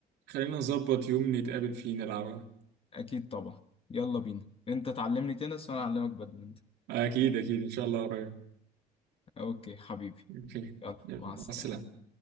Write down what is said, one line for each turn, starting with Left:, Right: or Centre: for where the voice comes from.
Right: خلينا نظبط يوم نتقابل فيه نلعبها
Left: اكيد طبعا يلا بينا انت تعلمني تنس وانا اعلمك بادمنتون
Right: أكيد أكيد إن شاء الله قريب
Left: اوكي حبيبي
Right: أوكي
Left: يلا
Right: يلا،
Left: مع
Right: مع
Left: السلامة
Right: السلامة